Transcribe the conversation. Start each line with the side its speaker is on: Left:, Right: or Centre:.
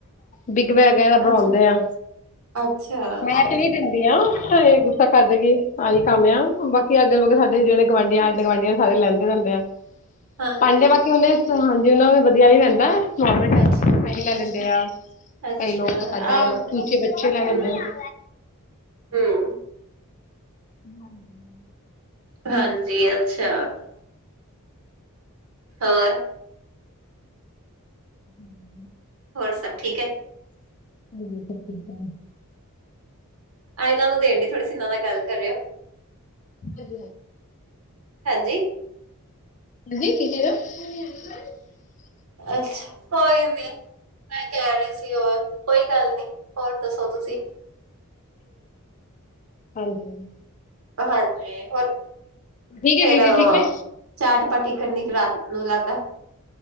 Left: ਬਿੱਗ ਵਗੈਰਾ ਬਣਾਉਂਦੇ
Right: ਅੱਛਾ
Left: ਆ
Right: ਅੱਛਾ
Left: ।ਮੈਂ ਤੇ ਨਹੀਂ ਦੀ ਇਹ ਗੁੱਸਾ ਕਰ ਦੇ ਕੇ ਆਹੀ ਕੰਮ ਆ ਬਾਕੀ ਅੱਗੇਗੇ ਸਾਡੇ ਜਿਹੜੇ ਗੁਆਂਢੀਆਂ, ਆਢੇ, ਗੁਆਂਢੀਆਂ ਸਾਰੇ। ਲੈਂਦੇ ਰਹਿੰਦੇ ਆ
Right: ਹਾਂਜੀ
Left: ਭਾਂਡੇ ਬਾਕੀ ਉਹਨੇ ਹਾਂਜੀ ਉਹਨਾ ਵੀ ਵਧੀਆ ਨੀ ਰਹਿੰਦਾ। <unintelligible>
Right: ਅੱਛਾ ਅੱਛਾ
Left: <unintelligible>
Right: ਅੱਛਾ
Left: ਕਈ ਲੋਕ ਤਾਦਾ
Right: ਆਮ
Left: ਚੂਚੇ ਬੱਚੇ ਲੈ ਲੈਂਦੇ
Right: ਹਮ
Left: ਆ।
Right: ਹਮ।
Left: <inaudible> <inaudible>
Right: ਹਾਂਜੀ ਅੱਛਾ। ਹੋਰ।
Left: <inaudible> <inaudible>
Right: ਹੋਰ ਸਭ ਠੀਕ ਹੈ।
Left: <inaudible> <inaudible>
Right: ਆਹ ਇਹਨਾਂ ਨੂੰ ਦੇਣ ਦੀ ਥੋੜੀ ਸੀ ਇਹਨਾਂ ਨਾਲ ਗੱਲ ਕਰਿਅਔ।
Left: ਹ
Right: ਹਾਂਜੀ
Left: ਹਾਂਜੀ ਕੀ ਕਹਿ ਰਹੋ। <unintelligible> <unintelligible>
Right: ਅੱਛਾ ਕੋਈ ਨੀ। ਮੈਂ ਕਹਿ ਰਹੀ ਸੀ ।ਉਹ ਕੋਈ ਗੱਲ ਨੀ ਹੋਰ ਦੱਸੋ ਤੁਸੀਂ।
Left: ਹਾਂਜੀ।
Right: ਹਾਂਜੀ ਹੋਰ।
Left: ਠੀਕ ਹੈ
Right: ਫੇਰ
Left: ਵੀਰ ਜੀ ਠੀਕ ਨੇ
Right: ਚਾਟਪਾਟੀ ਕਰਨੀ ਰਾਤ ਨੂੰ ਲੱਗਦਾ।